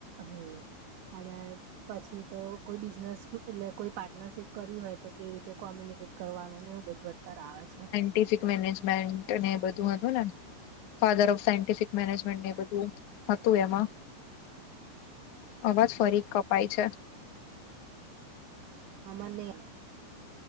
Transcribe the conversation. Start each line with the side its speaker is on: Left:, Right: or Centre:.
Right: હમ અને. પછી તો કોઈ બિઝનેસ એટલે કોઈ પાર્ટનરશિપ કરવી હોય તો કેવી રીતે કોમ્યુનિક. ટ કરવાનું ને એવું બઘું અતારે આવે છે.
Left: ટફિક મેનેજમેન્ટ અને એ બધું હતું ને. ફાધર ઓફ સાયન્ટિફિક મેનેજમેન્ટ એ બધું હતું એમાં. અવાજ ફરી કપાય છે.
Right: હ મને.